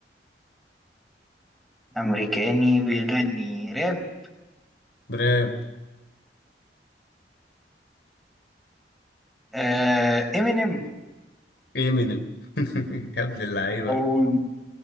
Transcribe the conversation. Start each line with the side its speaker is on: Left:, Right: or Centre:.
Centre: أمريكاني بيغني راب
Left: براب
Centre: آه إمينيم
Left: امينيم <laughs> يا ابن اللعيبه
Centre: أو مم،